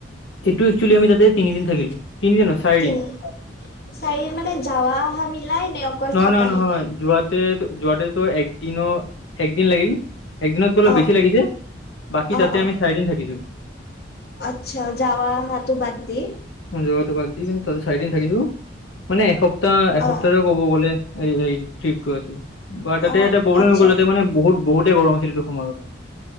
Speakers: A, on the left; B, on the left.
A: এইটো এক্সুৱলি আমি তাতে তিনিদিন থাকিলো, তিনিদিন নহয় চাৰিদিন।
B: তিনি চাৰি মানে যাৱা অহা মিলাই নে? অকল
A: নহয়
B: থাকাখিনিয়ে
A: নহয় নহয় যোৱাতে যোৱাতেতো একদিনো একদিন লাগিল, একদিনতক অলপ
B: অ
A: বেছি লাগিছে। বাকী
B: অ
A: তাতে
B: অ
A: আমি চাৰি দিন থাকিছো।
B: আচ্ছা যোৱা অহাতো বাদ দি।
A: যোৱাটো বাদ দি কিন্তু তাতে চাৰিদিন থাকিলো। মানে এসপ্তাহ এসপ্তাহও
B: অ
A: ক'ব গ'লে। হেৰি হেৰি ট্ৰিপ টো আছিল, বাৰ তাতে
B: অ
A: এটা প্ৰবল
B: আচ্ছা
A: হৈ গ'ল তাতে মানে বহুত -বহুতে গৰম আছিল। এইটো সময়ত